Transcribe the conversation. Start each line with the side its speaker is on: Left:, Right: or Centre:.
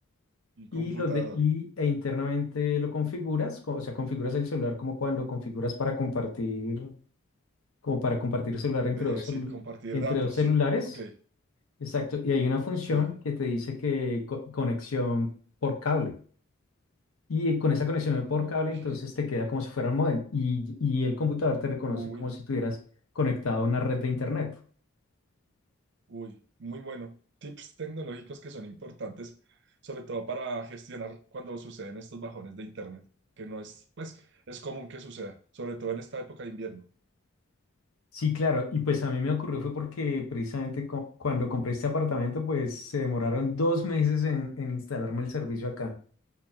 Right: Y
Left: Y,
Right: computador.
Left: lo de, y e internamente lo configuras, co- o sea, configuras el celular como cuando configuras para compartir, como para compartir celular entre
Right: De,
Left: dos,
Right: sí,
Left: celu-
Right: compartir
Left: entre
Right: datos.
Left: dos celulares.
Right: Ok.
Left: Exacto, y hay una función
Right: Sí.
Left: que te dice que co- conexión por cable. Y eh, con esa conexión por
Right: Ok.
Left: cable, entonces te queda como si fuera un módem y, y el computador te reconoce
Right: Uy,
Left: como si tuvieras conectado a una red de internet.
Right: uy. Muy bueno. Tips tecnológicos que son importantes, sobre todo para gestionar cuando suceden estos bajones de internet, que no es, pues, es común que suceda, sobre todo en esta época de invierno.
Left: Sí, claro, y pues a mí me ocurrió fue porque precisamente cu- cuando compré este apartamento, pues se demoraron dos meses en, en instalarme el servicio acá.